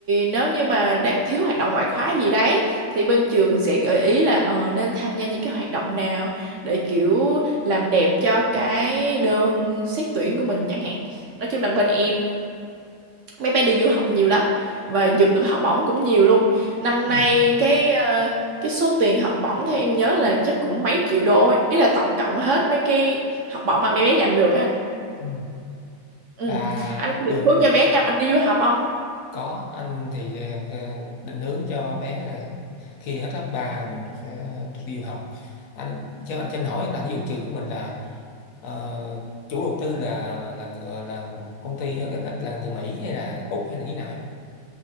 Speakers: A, on the right; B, on the left.
A: nếu như mà đang thiếu hoạt động ngoại khóa gì đấy thì bên trường sẽ gợi ý là ờ, nên tham gia những cái hoạt động nào để kiểu làm đẹp cho cái đơn xét tuyển của mình chẳng hạn nói chung là bên em mấy bé đi du học nhiều lắm và giật được học bổng cũng nhiều luôn năm
B: Ừ.
A: nay cái ờ, cái số tiền học bổng theo em nhớ là chắc cũng mấy triệu đô ấy ý là tổng cộng hết mấy cái học bổng mà mấy bé giành được ấy anh
B: ừ.
A: ừ
B: là,
A: anh
B: là
A: có định
B: trường
A: hướng cho bé nhà mình đi du học không
B: Có, anh thì ờ, ờ, định hướng cho bé là khi hết cấp 3 mình sẽ được đi du học. Anh cho anh cho anh hỏi là ví dụ trường của mình là ờ, chủ đầu tư là là người là một công ty ở cái đất là người Mỹ hay là Úc hay là như thế nào ấy?